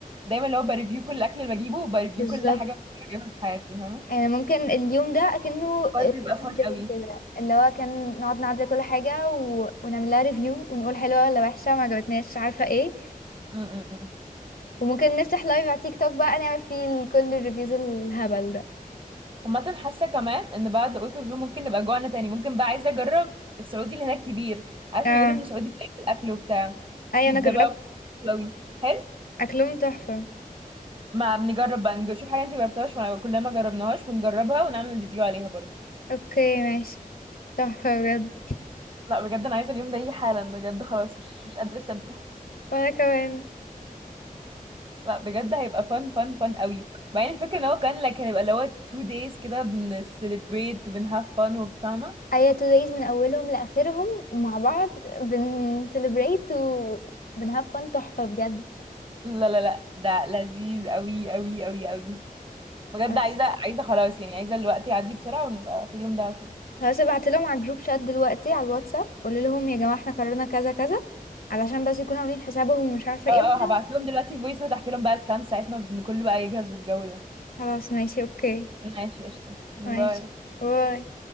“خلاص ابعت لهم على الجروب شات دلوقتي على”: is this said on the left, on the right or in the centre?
Left